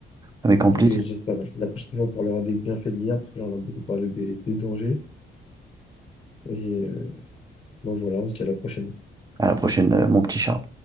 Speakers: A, on the right (about 20°); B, on the left (about 30°).
A: Avec grand
B: Et
A: plaisir.
B: j'espère que la prochaine fois, on parlera des bienfaits de l'IA, parce que là, on a beaucoup parlé des, des dangers. Et, euh, bon, voilà, on se dit à la prochaine.
A: À la prochaine, euh, mon petit Charles.